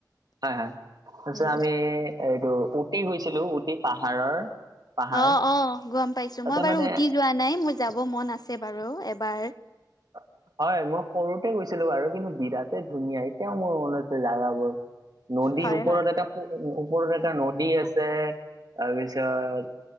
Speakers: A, on the right (about 60°); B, on the left (about 60°).
A: হয় হয় তাৰপিছত
B: উম,
A: আমি এইটো উতি গুইছিলো উটি পাহাৰৰ, পাহাৰ
B: অ অ গম পাইছো
A: তাতে
B: মই বাৰু
A: মানে
B: উতি যোৱা নাই মোৰ যাব মন আছে বাৰু এবাৰ।
A: <unintelligible> হয় মই সৰুতে গৈছিলো বাৰু কিন্তু বিৰাট ধুনীয়া এতিয়াও মোৰ মনত আছে জাগাবোৰ। নদী
B: হয়,
A: ওপৰত
B: হয়,
A: এটা ওপৰত এটা নদী আছে তাৰপিছত,